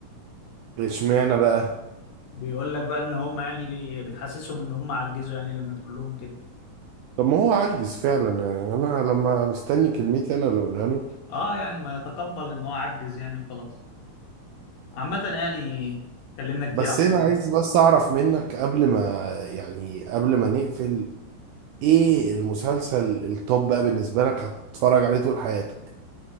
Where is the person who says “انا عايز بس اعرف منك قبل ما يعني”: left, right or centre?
Right